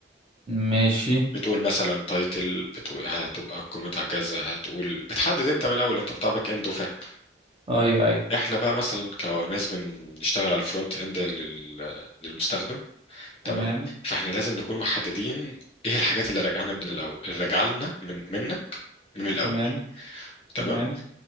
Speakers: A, on the right; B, on the left.
A: ماشي
B: بتقول مثلا تايتل بتقول هتبقى قيمتها كذا هتقول بتحدد انت من الاول انت بتاع باك اند وفاهم
A: ايوه ايوه
B: احنا بقى مثلا كناس بنشتغل على الفرونت اند لل... للمستخدم تمام
A: تمام
B: فاحنا لازم نكون محددين ايه الحاجات اللي راجعنا من الاول اللي راجعه لنا من منا من الاول
A: تمام
B: تمام
A: تمام